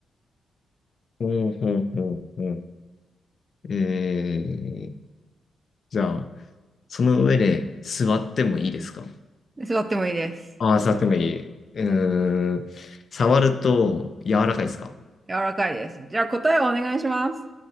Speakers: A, on the left (about 50°); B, on the right (about 25°).
A: ほうほうほうほう。えー、じゃあ、その上で座ってもいいですか
B: 座ってもいいです。
A: ああ、触ってもいい。うーん。触ると柔らかいですか
B: 柔らかいです。じゃあ答えをお願いします。